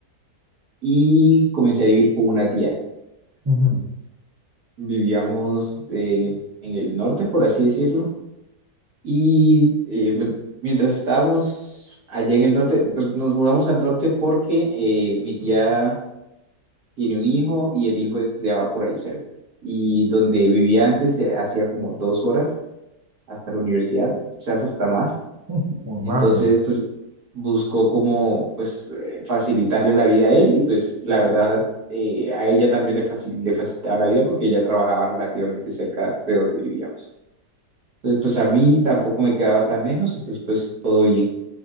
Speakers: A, on the right; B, on the right.
A: y comencé a vivir con una tía.
B: ujú,
A: Vivíamos en, en el norte, por así decirlo. Y eh, pues mientras estábamos allá en el norte, pues nos mudamos al norte porque eh, mi tía tiene un hijo y el hijo estudiaba por ahí cerca. Y donde vivía antes se hacía como dos horas hasta la universidad, quizás hasta más.
B: mm, por madre.
A: Entonces, pues buscó como pues eh, facilitarle la vida a él y pues la verdad eh, a ella también le, facil- le facilitaba la vida porque ella trabajaba relativamente cerca de donde vivíamos. Entonces, pues a mí tampoco me quedaba tan lejos, entonces pues todo bien.